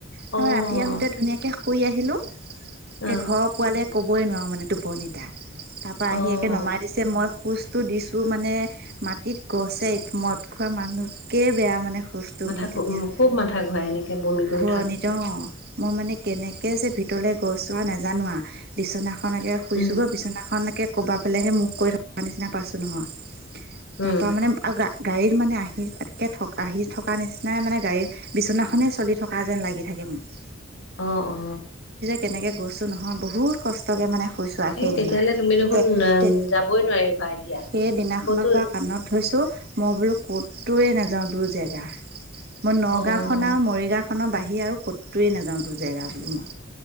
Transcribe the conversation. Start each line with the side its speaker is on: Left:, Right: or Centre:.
Right: তাৰ
Left: অ',
Right: ৰাতি আহোতে ধুনীয়াকে শুই আহিলো। এ
Left: অ',
Right: ঘৰ পোৱালে কবই নোৱাৰো মানে টোপনিতা তাৰ পৰা
Left: অ',
Right: আহি একে নমাই। দিছে মই খোজটো দিছোঁ মানে মাটিত গছে মদ খোৱা মানুহতকে বেয়া মানে। খোজটো
Left: মাথা
Right: মোৰ তেতিয়া।
Left: খুব মাথা ঘূৰাই এনেকৈ বমি কৰি
Right: ঘূৰণিত
Left: উঠাৰ পিছত।
Right: অ', মই মানে কেনেকে যে ভিতৰলে গইচো নাজানো বিছনাখনকে শুইছো
Left: উম,
Right: গৈ বিছনাখন। খনকৈ ক'ৰব ফালেসে মুখ কৰি থৰা নিচিনা পাইছোঁ নহয়
Left: উম,
Right: তাৰপৰা মানে। গাড়ীত মানে আহি একে থ আহি থকা নিচিনাই মানে। গাড়ী বিচনাখনে চলি থকা যেন লাগি থাকে মোক।
Left: আহ অ।
Right: কেনেকৈ গৈছোঁ নহয় বহুত কষ্টকে মানে। গইছো আৰু
Left: এ
Right: সেইদিনা
Left: তেতিয়াহ'লে তুমি দেখোন
Right: তে তে
Left: যাবই নোৱাৰিবা এতিয়া
Right: সেইদিনাখনৰ
Left: ক'তো
Right: পৰা কাণত ধৰিছোঁ মই বোলো ক'তয়ে নাযাও দুই জেগা মই নগাও
Left: অ'।
Right: খন আৰু মৰিগাও খন, নগাঁও বাহিৰে আৰু ক'তয়ে নাযাও দু জেগা বোল মই